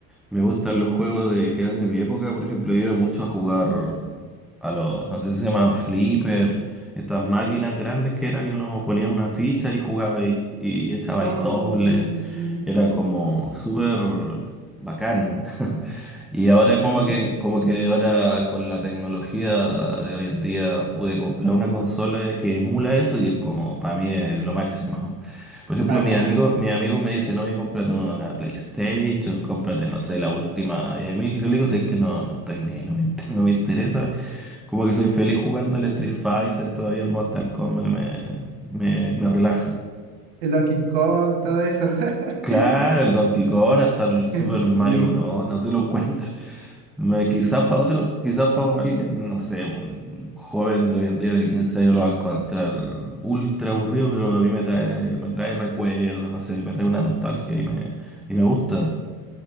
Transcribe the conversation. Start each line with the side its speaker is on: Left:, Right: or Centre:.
Centre: Me gustan los juegos de, que eran de mi época, por ejemplo, yo iba mucho a jugar a los, no sé si se llaman flipper, estas máquinas grandes que eran y uno ponía una ficha y jugaba y, y echabais
Right: Oh,
Centre: doble.
Right: sí,
Centre: Era como súper bacán. <laughs> Y
Right: sí,
Centre: ahora como que, como que ahora con la tecnología de hoy en día pude comprar una consola que emula eso y es como, para mí es lo máximo. Por ejemplo,
Right: bacán.
Centre: mis amigos, mis amigos me dicen, oye, cómprate una PlayStation, cómprate, no sé, la última. Y a mí yo le digo, es que no, no estoy ni ahí, no me, inter- no me interesa. Como que soy feliz jugando al Street Fighter, todavía el Mortal Kombat me, me, me relaja.
Right: El Donkey Kong, todo eso.
Centre: Claro,
Right: <laughs>
Centre: el Donkey Kong hasta el Super
Right: Sí.
Centre: Mario Bros. No se lo encuentro. Me- quizás para otro, quizás para alguien, no sé, un joven de hoy en día de 15 años lo va a encontrar ultra aburrido, pero a mí me trae, me trae recuerdos, no sé, me trae una nostalgia y me, y me gusta.